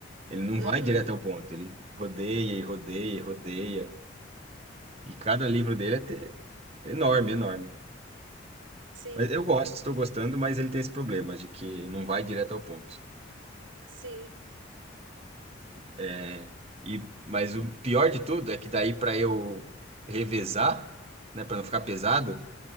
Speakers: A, on the right; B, on the right.
A: ele não
B: Uhum.
A: vai direto ao ponto. Ele rodeia e rodeia e rodeia. E cada livro dele é te- enorme, enorme.
B: Sim,
A: Mas eu gosto, estou gostando, mas ele tem esse problema de que não vai direto ao ponto.
B: sim.
A: É, e, mas o pior de tudo é que daí para eu revezar, né, para não ficar pesado,